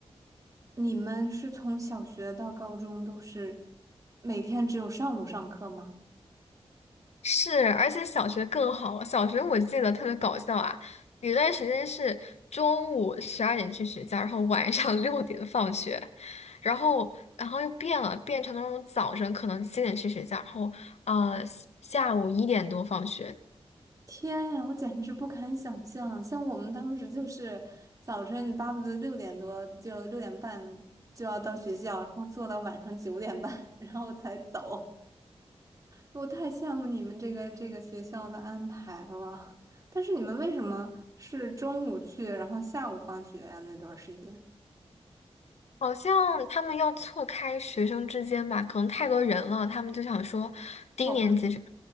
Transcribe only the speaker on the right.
你们是从小学到高中都是每天只有上午上课吗？
天呀，我简直不敢想象，像我们当时就是早晨你巴不得六点多就六点半就要到学校，然后坐到晚上九点半，然后才走。我太羡慕你们这个这个学校的安排了。但是你们为什么是中午去，然后下午放学呀？那段时间，
我放上。